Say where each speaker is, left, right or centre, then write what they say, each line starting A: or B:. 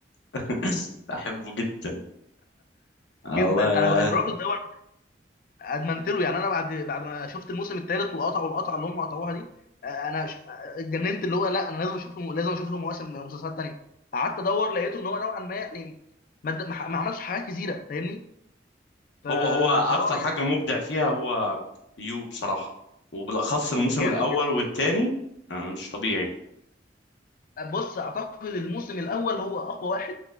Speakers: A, on the left; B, on the left.
A: <coughs> <laughs> بحبه جدا الله
B: جدا انا بقى- الراجل ده أنا ادمنت له يعني انا بعد بعد ما شفت الموسم الثالث وقطعوا القطعه اللي هم قطعوها دي آه انا ش- آه، اتجننت اللي هو لا انا لازم اشوف له لازم اشوف له مواسم مسلسلات تانيه قعدت ادور لقيته ان هو نوعا ما يعني ما ما عملش حاجات كثيره فاهمني ف...
A: هو هو اكتر
B: فاه
A: حاجه مبدع فيها هو يو بصراحه وبالاخص الموسم
B: جامد
A: الاول
B: جدا
A: والثاني مش طبيعي
B: بص اعتقد الموسم الاول هو اقوى واحد